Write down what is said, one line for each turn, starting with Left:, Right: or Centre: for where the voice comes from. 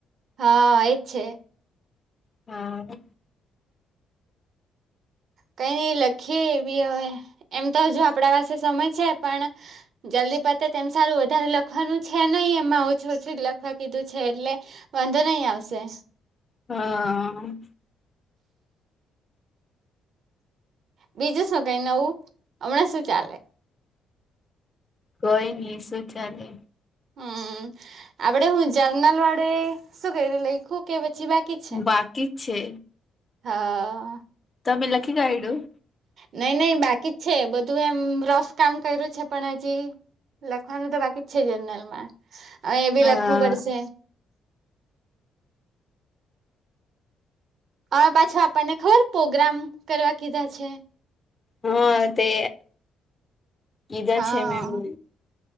Right: હા એ જ છે.
Left: હમ્મ.
Right: કઈ નઈ લખીએ એબી હવે એમ તો હજુ આપણા પાસે સમય છે પણ જલ્દી પતે તેમ સારું વધારે લખવાનું છે નહી એમાં ઓછું ઓછું જ લખવા કીધું છે એટલે વાંધો નહી આવશે.
Left: હા.
Right: બીજું શું કઈ નવું હમણાં શું ચાલે?
Left: કઈ નઈ શું ચાલે.
Right: હમ્મ, આપડે હુ જર્નલ વાડે શું કર્યું લઈખું કે પછી બાકી છે
Left: બાકી છે.
Right: હા.
Left: તમે લખી કાઢયું?
Right: નય નય બાકી જ છે બધું એમ રફ કામ કર્યું છે પણ હજી લખવાનું તો બાકી જ છે જનરલમાં અ એબી
Left: હા
Right: લખવું પડશે. અન પાછા આપણને ખબર પ્રોગ્રામ કરવા કીધા છે.
Left: હા તે કીધા
Right: હા.
Left: છે મેમને